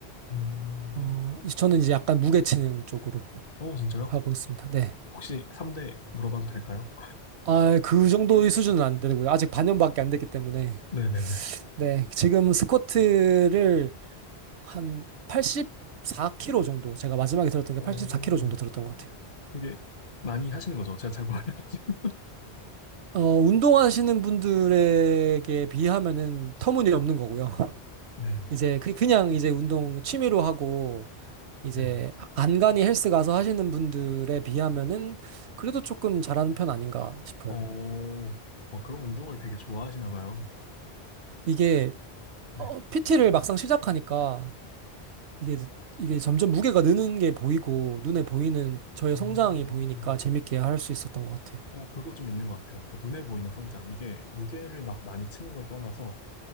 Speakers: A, on the left; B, on the right.
A: 음.
B: 어, 이- 저는 이제 약간 무게치는 쪽으로
A: 오, 진짜요?
B: 하고 있습니다. 네.
A: 혹시 3대 물어봐도 될까요?
B: 아, 그 정도의 수준은 안 되고요. 아직 반년밖에 안 됐기 때문에.
A: 네네네.
B: 네, 지금 스쿼트를 한 84kg 정도. 제가 마지막에 들었던 게
A: 오,
B: 84kg 정도 들었던 것 같아요.
A: 그게 많이 하시는 거죠? 제가 잘 몰라가지고.
B: 어, 운동하시는 분들에게 비하면은 터무니없는 거고요. <laughs>
A: 네,
B: 이제 그, 그냥 이제 운동 취미로 하고 이제
A: 네네.
B: 간간이 헬스 가서 하시는 분들에 비하면은 그래도 조금 잘하는 편 아닌가 싶어요.
A: 오, 어, 그런 운동을 되게 좋아하시나 봐요.
B: 이게
A: 네.
B: PT를 막상 시작하니까 이게 이게 점점 무게가 느는 게 보이고 눈에 보이는 저의
A: 음,
B: 성장이 보이니까 재밌게 할 수 있었던 것 같아요.
A: 어, 그거 좀 있는 것 같아요. 그러니까 눈에 보이는 성장. 이게 무게를 막 많이 치는 걸 떠나서